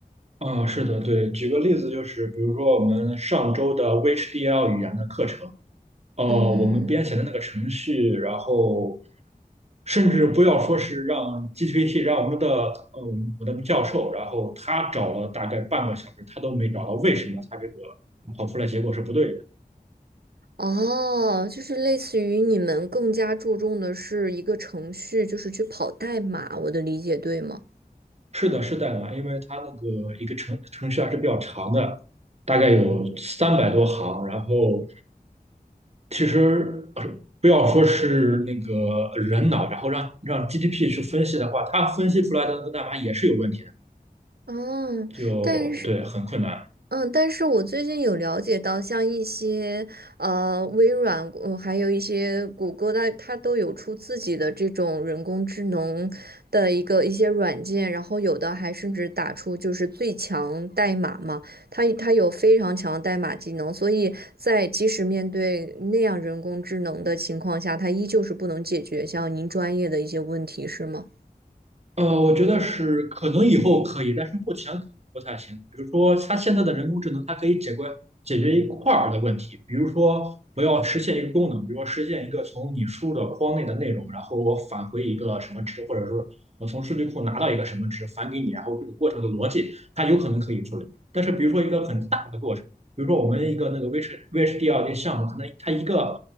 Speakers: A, on the right; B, on the right.
A: 啊，是的，对。举个例子，就是比如说我们上周的 VHDL 语言的课程。哦，
B: 嗯，
A: 我们编写的那个程序，然后甚至不要说是让 GPT，让我们的呃我的教授，然后他找了大概半个小时，他都没找到为什么他这个跑出来结果是不对的。
B: 哦，就是类似于你们更加注重的是一个程序，就是去跑代码，我的理解对吗？
A: 是的，是的啊，因为它那个一个程程序还是比较长的，大概有三百多行，然后其实呃不要说是那个人脑，然后让让 GDP 去分析的话，它分析出来的那个代码也是有问题的，
B: 哦，
A: 就对，
B: 但是
A: 很困难。
B: 嗯，但是我最近有了解到，像一些呃微软，呃，还有一些谷歌，它它都有出自己的这种人工智能的一个一些软件，然后有的还甚至打出就是最强代码嘛，它它有非常强的代码技能，所以在即使面对那样人工智能的情况下，它依旧是不能解决像您专业的一些问题，是吗？
A: 呃，我觉得是可能以后可以，但是目前可能不太行。比如说，它现在的人工智能，它可以解决解决一块儿的问题，比如说我要实现一个功能，比如说实现一个从你输入的框内的内容，然后我返回一个什么值，或者说我从数据库拿到一个什么值返给你，然后这个过程的逻辑，它有可能可以处理。但是比如说一个很大的过程。比如说我们一个那个 VH VHDL 个项目，可能它一个